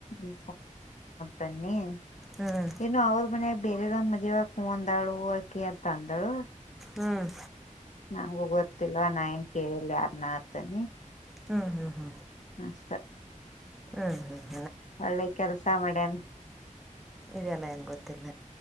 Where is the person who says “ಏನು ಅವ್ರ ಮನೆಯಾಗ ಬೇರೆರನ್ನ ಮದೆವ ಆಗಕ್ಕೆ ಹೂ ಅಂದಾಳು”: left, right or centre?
Left